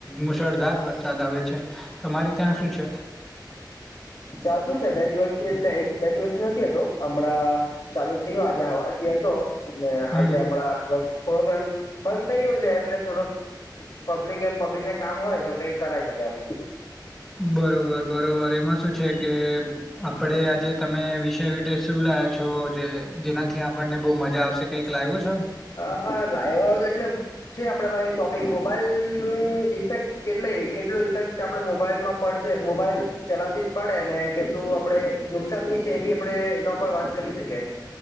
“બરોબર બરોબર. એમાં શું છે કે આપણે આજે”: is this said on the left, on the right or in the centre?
Centre